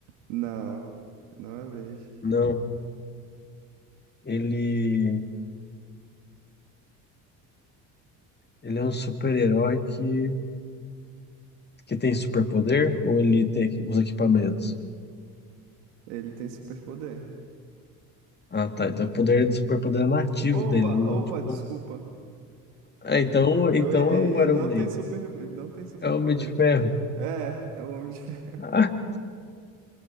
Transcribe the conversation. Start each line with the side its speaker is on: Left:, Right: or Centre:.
Right: Não. Não é verde.
Left: Não. Ele, ele é um super-herói que, que tem superpoder ou ele tem equi- os equipamentos?
Right: Ele tem superpoder.
Left: Ah, tá. Então o poder do superpoder é nativo
Right: Opa,
Left: dele, não
Right: opa,
Left: tipo.
Right: desculpa.
Left: Ah, então,
Right: eu, eu
Left: então
Right: errei.
Left: é o
Right: Ele
Left: Iron
Right: não
Left: Man.
Right: tem super, ele não tem superpoder.
Left: É o Homem de Ferro.
Right: É, é o Homem de Ferro.
Left: Ah,
Right: <laughs>